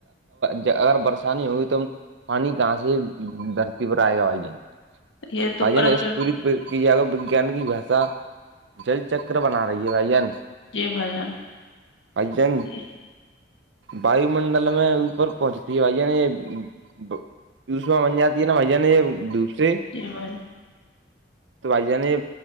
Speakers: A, on the right (about 75°); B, on the left (about 85°).
A: ج اگر برسانی ہوگی تو پانی کہاں سے دھرتی پر آئے گا بھائی
B: یہ تو
A: بھایی
B: پرکر
A: جان اس پوری کی جائے گا وجان کی بھاشا جل چکر بنا رہی ہے گ ین <inaudible>
B: جی بھائی جان
A: ان <inaudible>
B: جی
A: واو منڈل میں اوپر پہنچتی ہے بھائی نے <inaudible> چشما بن جاتی ہے نا بھن یہ دوپ سے <inaudible>
B: جی ب <inaudible>
A: تو بھایی جان یہ